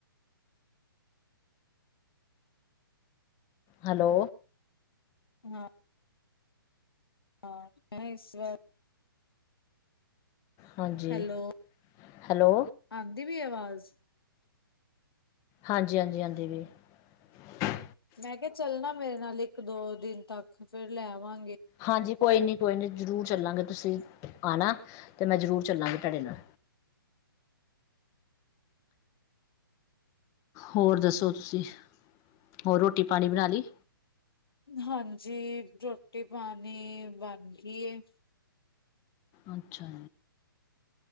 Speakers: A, on the left; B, on the left.
A: ਹੈਲੋ।
B: ਹਮ। ਹਾਂ ਮੈਂ ਇਸ ਵਾਰ
A: ਹਾਂਜੀ
B: ਹੈਲੋ
A: ਹੈਲੋ
B: ਆਉਂਦੀ ਵੀ ਆਵਾਜ਼ <unintelligible>
A: ਹਾਂਜੀ ਹਾਂਜੀ ਆਉਂਦੀ ਪਈ ਹ।
B: ਮੈਂ ਕਿਹਾ ਚੱਲਣਾ ਮੇਰੇ ਨਾਲ ਇੱਕ ਦੋ ਦਿਨ ਤੱਕ ਫੇਰ ਲੈਵਾਂ
A: ਹਾਂਜੀ। ਕੋਈ ਨਹੀਂ, ਕੋਈ ਨਹੀਂ। ਜ਼ਰੂਰ ਚੱਲਾਂਗੇ ਤੁਸੀਂ ਆਉਣਾ ਅਤੇ ਮੈਂ ਜ਼ਰੂਰ ਚਲਾਂਗੀ ਤੁਹਾਡੇ ਨਾਲ। ਹੋਰ ਦੱਸੋ ਤੁਸੀਂ ਹੋਰ ਰੋਟੀ? ਪਾਣੀ ਬਣਾ ਲਈ
B: ਹਾਂਜੀ। ਰੋਟੀ ਪਾਣੀ ਬਣ ਗਈ।
A: ਅੱਛਾ